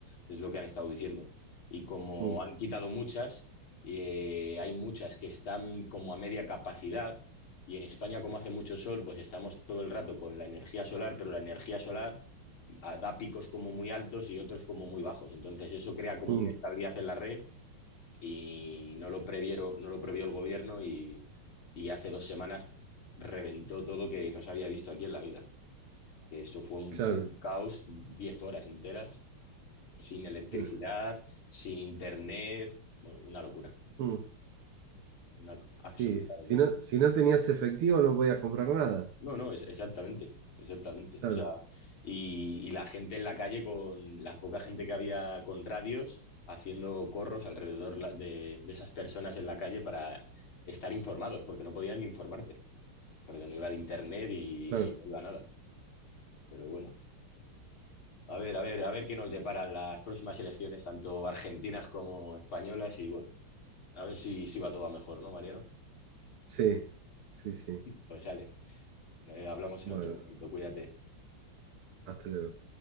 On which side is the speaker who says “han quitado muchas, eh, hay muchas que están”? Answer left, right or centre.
Left